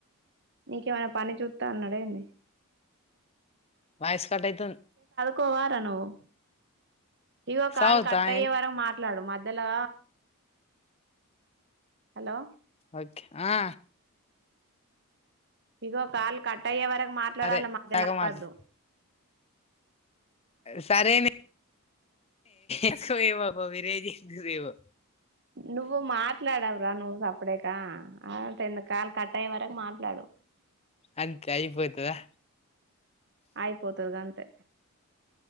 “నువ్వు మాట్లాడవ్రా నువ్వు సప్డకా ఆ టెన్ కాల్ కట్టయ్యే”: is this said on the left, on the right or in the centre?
Right